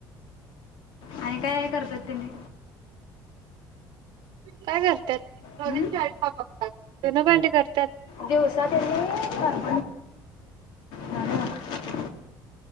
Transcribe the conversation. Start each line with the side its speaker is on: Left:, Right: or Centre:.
Left: आणि काय करतात तुम्ही?
Right: काय ग? त्यात दोन्हींच्या
Left: हं?
Right: <unintelligible> धुणं भांडे करतात.
Left: दिवसा त्यांनी <unintelligible>